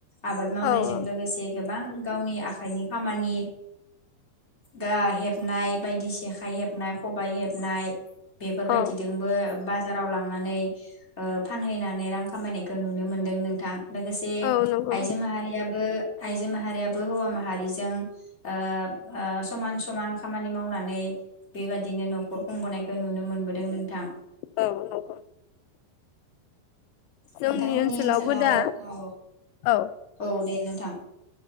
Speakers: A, on the left; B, on the left.
A: आबाद मावनायजों
B: औ औ
A: लोगोसे गोबां गावनि आखाइनि खामानि दा हेबनाय बायदि सेखाइ हेबनाय खबाइ हेबनाय बेफोरबायदिजोंबो
B: औ
A: बास जाराव लां नानै ओ फानहैनानै रां खामायनायखौ नुनो मोन दों नोंथां लोगोसे
B: औ नंगौ
A: आइजो माहारियाबो आइजो माहारियाबो हौवा माहारिजों ओ ओ समान समान खामानि मावनानै बेबादिनो न'खर खुंबोननायखौ नुनो मोनबोदों नोंथां।
B: औ नंगौ जोंनि
A: नोंथांमोननि
B: ओनसोलावबो
A: ओनसोलाव
B: दा
A: औ
B: औ
A: औ दे नोंथां